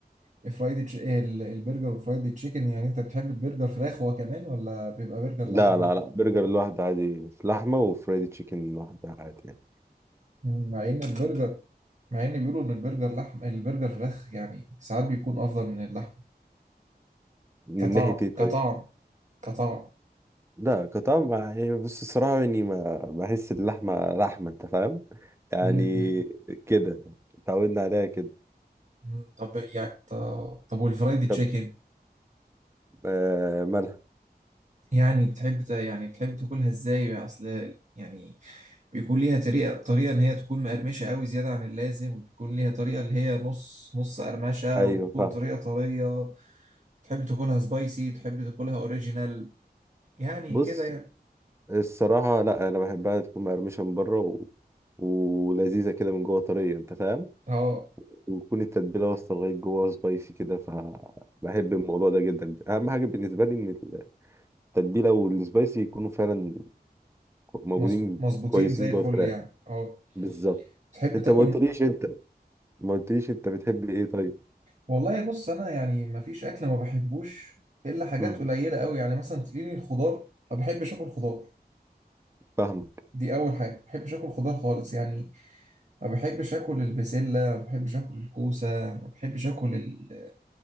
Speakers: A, on the right (about 45°); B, on the right (about 15°).
A: الفرايدي تش... ال- البرجر والفرايدي تشيكن يعني انت بتحب البرجر فراخ هو كمان ولا بيبقى برجر
B: لا
A: لحمة
B: لا لا برجر لوحده عادي في لحمة وفرايد تشيكن لوحده عادي يعني
A: مم، مع ان البرجر مع ان بيقولوا ان البرجر لحم البرجر فراخ يعني ساعات بيكون افضل من اللحمة
B: من
A: كطعم
B: ناحية إيه طيب
A: كطعم كطعم
B: لا كطعم يعني بص الصراحة يعني ما بحس اللحمة لحمة أنت فاهم يعني
A: مم، مم،
B: كده اتعودنا عليها كده
A: مم. طب يعني طب, طب والفرايدي تشيكن
B: طب آه مالها
A: يعني بتحب ت- يعني بتحب تاكلها ازاي يعني اصل يعني بيكون ليها طريقة طريقة ان هي تكون مقرمشة قوي زيادة عن اللازم وبيكون ليها طريقة اللي هي نص نص قرمشة
B: أيوة
A: وبتكون
B: فاهم
A: طريقة طرية تحب تاكلها سبايسي تحب تاكلها اوريجينال يعني
B: بص
A: كده يعني
B: الصراحة لا أنا بحبها تكون مقرمشة من بره و... ولذيذة كده من جوه طرية أنت فاهم
A: اه
B: وتكون التتبيلة واصلة لغاية جوه سبايسي كده فبحب الموضوع ده جدا أهم حاجة بالنسبة لي إن التتبيلة والسبايسي يكونوا فعلا موجودين
A: مظب- مظبوطين
B: كويسين
A: زي
B: جوه
A: الفل
B: الفراخ
A: يعني اه
B: بالظبط
A: تحب
B: انت
A: تاكل
B: ما قلتليش انت ما قلتليش انت بتحب ايه طيب
A: والله بص انا يعني ما فيش اكل ما بحبوش الا حاجات
B: مم.
A: قليله قوي يعني مثلا تلاقيني الخضار ما بحبش اكل خضار
B: فاهمك
A: دي اول حاجه ما بحبش اكل خضار خالص يعني ما بحبش اكل البسله ما بحبش اكل الكوسه ما بحبش اكل ال